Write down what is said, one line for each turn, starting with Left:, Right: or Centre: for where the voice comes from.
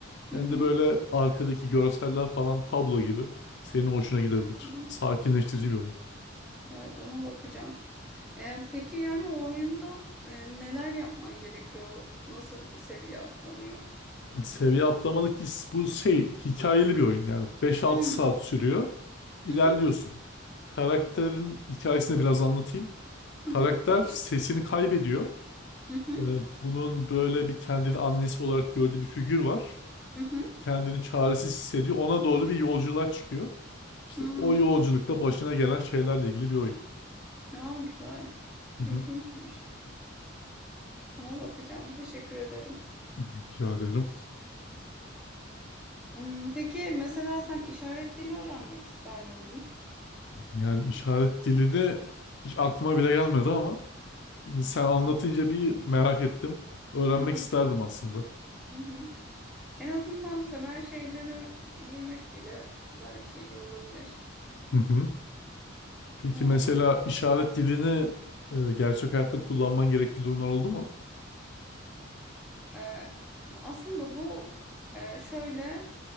Left: Hem
Centre: hı
Left: de böyle arkadaki görseller falan tablo gibi senin hoşuna gidebilir.
Centre: hı.
Left: Sakinleştirici bir oyun.
Centre: Evet, ona bakacağım. E, peki yani o oyunda e, neler yapman gerekiyor? Nasıl seviye atlanıyor?
Left: Seviye atlamalık değil. Bu şey hikayeli bir oyun yani beş altı
Centre: Hmm.
Left: saat sürüyor. İlerliyorsun.
Centre: Hı hı
Left: Karakterin hikayesini biraz anlatayım. Karakter
Centre: hı hı
Left: sesini kaybediyor.
Centre: hı
Left: Ee, bunun böyle bir kendini annesi olarak gördüğü bir figür var.
Centre: hı. hı.
Left: Kendini çaresiz hissediyor. Ona doğru bir yolculuğa çıkıyor. İşte
Centre: Hmm.
Left: o yolculukta başına gelen şeylerle ilgili bir oyun.
Centre: Ya güzel.
Left: Hı hı.
Centre: İlginçmiş. Ona bakacağım. Teşekkür ederim.
Left: Rica ederim.
Centre: Hmm, peki mesela sen işaret dili öğrenmek ister miydin?
Left: Yani işaret dili de hiç aklıma bile gelmedi ama şimdi sen anlatınca bir merak ettim. Öğrenmek
Centre: Hı hı
Left: isterdim aslında.
Centre: hı. hı. En azından temel şeyleri bilmek bile belki iyi olabilir.
Left: Hı hı. Peki
Centre: Ee,
Left: mesela işaret dilini e, gerçek hayatta kullanman gerektiği durumlar oldu mu?
Centre: e, aslında bu e, şöyle.